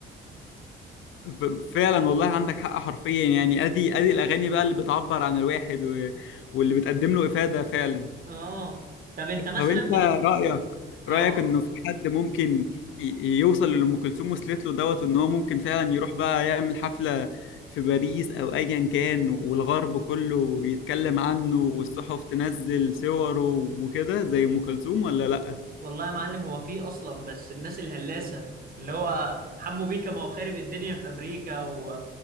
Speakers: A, on the left (about 75°); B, on the right (about 45°).
A: ف- فعلا والله عندك حق حرفيا يعني ادي ادي الاغاني بقى اللي بتعبر عن الواحد و... واللي بتقدم له افاده فعلا
B: <laughs> اه طب انت مثلا
A: طب انت
B: من ال-
A: رأيك
B: اه
A: رأيك انه في حد ممكن ي- يوصل للي ام كلثوم وصلت له دوت ان هو ممكن فعلا يروح بقى يعمل حفلة في باريس او ايا كان والغرب كله يتكلم عنه والصحف تنزل صوره وكده زي ام كلثوم ولا لا
B: والله يا معلم هو في اصلا بس الناس الهلاسه اللي هو حمو بيكا ما هو خارب الدنيا في امريكا و...